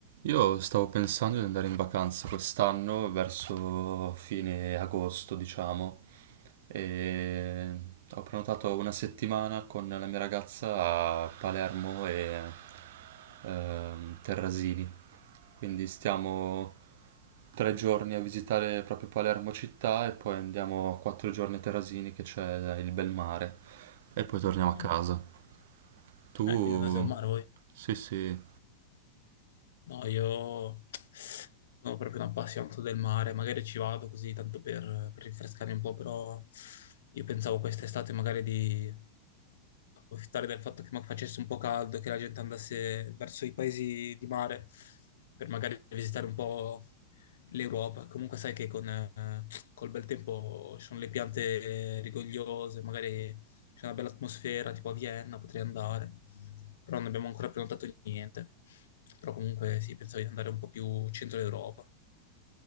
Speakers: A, on the right (about 65°); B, on the left (about 80°).
A: Io stavo pensando di andare in vacanza quest'anno verso fine agosto, diciamo, e ho prenotato una settimana con la mia ragazza a Palermo e ehm, Terrasini. Quindi stiamo tre giorni a visitare proprio Palermo città e poi andiamo quattro giorni a Terrasini che c'è il bel mare e poi torniamo a
B: Mm.
A: casa. Tu?
B: Eh, quindi andate al mare voi?
A: Sì, sì.
B: No, io non sono proprio un appassionato del mare, magari ci vado così tanto per, per rinfrescarmi un po', però io pensavo quest'estate magari di approfittare del fatto che ma- facesse un po' caldo, che la gente andasse verso i paesi di mare per magari visitare un po' l'Europa. Comunque sai che con, eh, col bel tempo ci sono le piante eh, rigogliose, magari c'è una bella atmosfera, tipo a Vienna potrei andare, però non abbiamo ancora prenotato niente. Però comunque sì, pensavo di andare un po' più centro Europa.